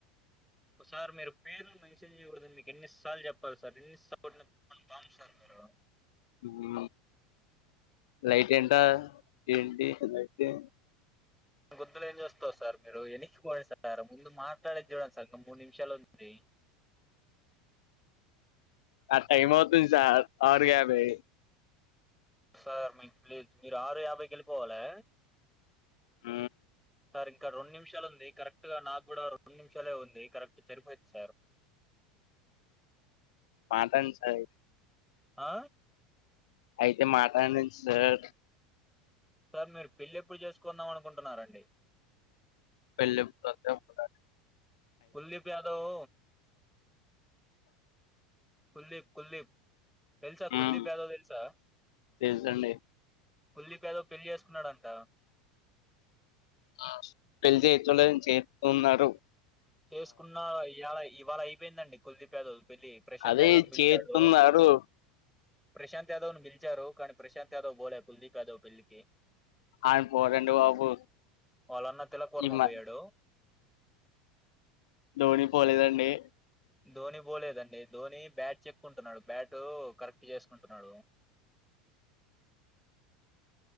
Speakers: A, in the centre; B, on the left (about 70°).
A: ఒ సార్ మీరు పేర్లు మెన్షన్ చేయకూడదని మీకు ఎన్నిసార్లు చెప్పాలి స్ సర్ ఎన్ని సార్లు <unintelligible> పాము సర్ మీరు
B: నువు లైట్ ఏంట ఏంటి లైటు
A: <unintelligible> ఏం చూస్తార్ సార్ మీరు ఎనక్కిపోండి సార్ ముందు మాట్లాడేది చూడండి సార్ ఇంకా మూడు నిమిషాలె వుం వెయ్
B: అ టైమ్ అవుతుంది సార్ ఆరు యాబై
A: సార్ మీకు ప్లీజ్ మీరు ఆరు యాభైకి వెళ్ళిపోవాలె
B: ఊ
A: సార్ ఇంకా రెండు నిమిషాలు ఉంది కరెక్ట్ గా నాకు కూడా రెండు నిమిషాలే ఉంది కరెక్ట్ సరిపోయిది సార్
B: మాటన్ సాయి
A: ఆ
B: అయితే మాటడన్ సార్
A: సార్ మీరు పెళ్లిి ఎప్పుడు చేసుకుందాం అనుకుంటున్నారండి
B: పెళ్ళెప్పుడు అయితే అప్పుడండి
A: కుల్లీప్ యాదవ్ కుల్దీప్ కుల్దీప్ తెలుసా కుల్దీప్
B: ఉమ్
A: యాదవ్ తెలుసా
B: తెలుసండి
A: కుల్లిప్ యాదవ్ పెళ్లిి చేస్తున్నాడంట
B: ఆ పెళ్ళి చేయటం లేదని చేతున్నారు
A: చేసుకున్న ఇయ్యళ ఇవాళ అయిపోయిందండి కుల్దిప్ యాదవ్ పెళ్లి ప్రశాంత్
B: అదే
A: యాదవ్ని బిల్చాడు
B: చేస్తున్నారు
A: ప్రశాంత్ యాదవ్ ను పిల్చరు కానీ ప్రశాంత్ యాదవ్ బోలే కుల్దీప్ యాదవ్ పిళ్ళి కి
B: ఆయన పోడండి బాబు
A: వాళ్ళన్న తిలక్ వర్మపోయాడు
B: ఈ మ ధోని పోలేదండి
A: ధోని పోోలేదండి ధోని బ్యాట్ చెక్కుంటున్నాడు బ్యాట్ కరెక్ట్ చేసుకుంటున్నాడు